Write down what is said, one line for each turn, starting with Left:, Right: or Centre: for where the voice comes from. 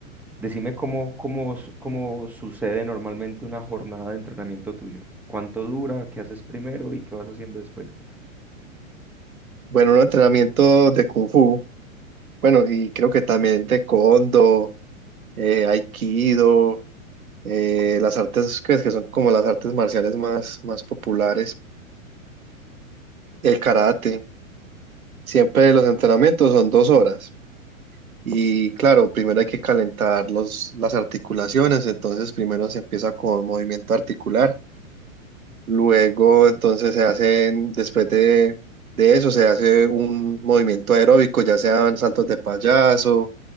Centre: decime cómo, cómo, su- cómo sucede normalmente una jornada de entrenamiento tuyo. ¿Cuánto dura? ¿Qué haces primero y qué vas haciendo después?
Right: Bueno, un entrenamiento de Kung Fu, bueno, y creo que también de Kondo, eh, Aikido, eh, las artes que, que son como las artes marciales más, más populares, el karate. Siempre los entrenamientos son dos horas. Y claro, primero hay que calentar los, las articulaciones, entonces primero se empieza con movimiento articular Luego, entonces se hacen, después de, de eso, se hace un movimiento aeróbico, ya sean saltos de payaso,